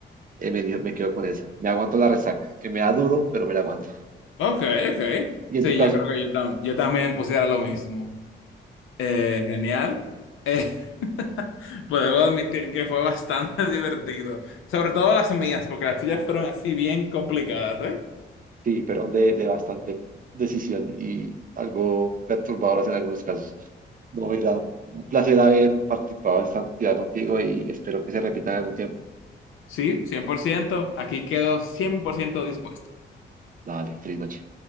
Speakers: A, on the right (about 45°); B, on the left (about 85°).
A: Eh, me, di- me quedo con esa. Me aguanto la resaca, que me da duro, pero me la aguanto.
B: Ok, ok.
A: Y
B: Sí,
A: en tu caso,
B: yo creo que yo, tam- yo también pusiera lo mismo. Eh, genial. Eh, <laughs> pues debo admitir que fue bastante <laughs> divertido. Sobre todo las mías, porque las tuyas fueron así bien complicadas, ¿eh?
A: sí, pero de, de bastante decisión y algo perturbadoras en algunos casos. No, era un placer haber participado en esta actividad contigo y espero que se repita en algún tiempo.
B: Sí, 100%. Aquí quedo 100% dispuesto.
A: Dale, feliz noche.